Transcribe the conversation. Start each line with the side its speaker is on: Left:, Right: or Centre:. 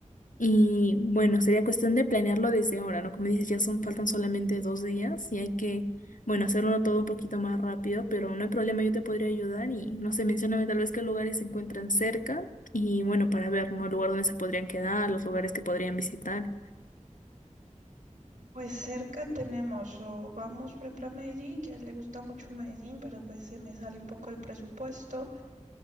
Left: Y bueno, sería cuestión de planearlo desde ahora, ¿no? Como dices, ya son, faltan solamente dos días y hay que, bueno, hacerlo todo un poquito más rápido, pero no hay problema, yo te podría ayudar y no sé, mencióname tal vez qué lugares se encuentran cerca y bueno, para ver, ¿no? El lugar donde se podrían quedar, los lugares que podrían visitar.
Right: Pues cerca tenemos, o vamos por ejemplo a Medellín, que a él le gusta mucho Medellín, pero pues se me sale un poco el presupuesto.